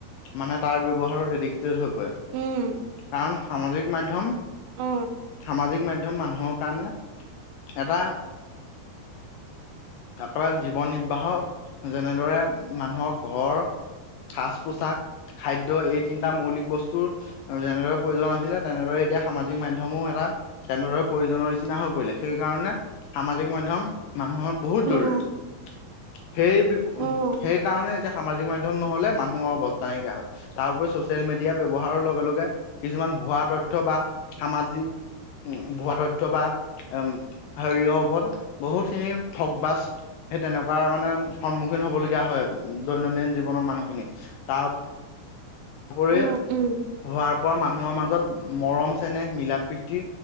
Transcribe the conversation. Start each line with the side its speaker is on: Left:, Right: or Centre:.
Left: মানে তাৰ ব্যৱহাৰত এডিক্টেড হৈ পৰে।
Right: উম
Left: কাৰণ সামাজিক মাধ্যয়ম
Right: অ
Left: সামাজিক মাধ্যম মানুহৰ কাৰণে এটা একেবাৰে জীৱন নিৰ্বাহ যেনেদৰে মানুহৰ ঘৰ সাজ পোছাক, খাদ্য এই তিনিটা মৌলিক বস্তুৰ আৰু যেনেদৰে প্ৰয়োজন আছিলে তেনেদৰে এতিয়া সামাজিক মাধ্যমো এটা তেনেদৰে প্ৰয়োজনৰ নিচিনা হৈ পৰিলে, সেইকাৰণে সামাজিক মাধ্যম মানুহৰ বহুত
Right: উম
Left: জৰুৰী। সেই বি
Right: উম
Left: সেইকাৰণে এতিয়া সামাজিক মাধ্যম নহ'লে মানুহৰ অবস্থা নাইকিয়া হয়। তাৰ উপৰি ছচিয়েল মিডিয়া ব্যৱহাৰৰ লগে লগে কিছুমান ভুৱা তথ্য বা সামাজিক উ ভুৱা তথ্য বা উম শৰীৰৰ ওপৰত বহুতখিনি থক বাচ সেই তেনেকুৱা মানে সন্মুখীন হবলগীয়া হয় দৈনন্দিন জীৱনৰ মানুহখিনি। তাৰ হ'ৰি
Right: উম উম
Left: হোৱাৰ পৰা মানুহৰ মাজত মৰম- চেনেহ মিলা- প্ৰীতি